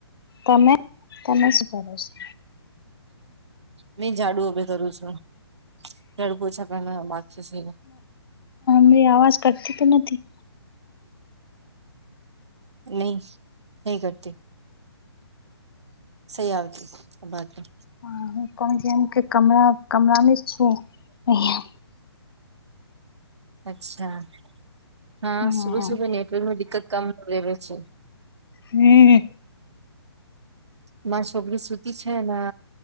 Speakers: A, on the left; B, on the right.
A: તમે તમે શુ કરો છો?
B: મે જાડુ ઉભે કરું છું જાડુ પુછા પહેલા ના બાકી છે.
A: મે અવાજ કરતી તો નથી.
B: નહી નહી કરતી સહી આવતી બાતા.
A: હા હું પણ કેમ કે કમરા કમરામાં છું અહં.
B: અચ્છા હા
A: હમ
B: સુબ સુબ નેટવર્કમાં દિક્કત કમ રેવે છે.
A: હમ્મ
B: મા છોકરી સુતી છે ન